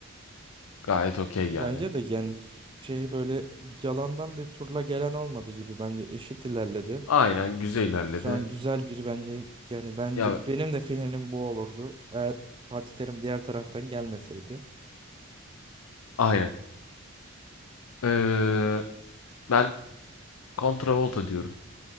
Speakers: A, on the left; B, on the right.
A: Gayet okey
B: Bence
A: yani.
B: de yani şey böyle yalandan bir turla gelen olmadı gibi bence eşit ilerledi.
A: Aynen güzel ilerledi.
B: Şu an güzel bir bence yani bence
A: Ya
B: benim de finalim bu olurdu. Eğer Fatih Terim diğer taraftan gelmeseydi
A: aynen. Ee, ben Volta diyorum.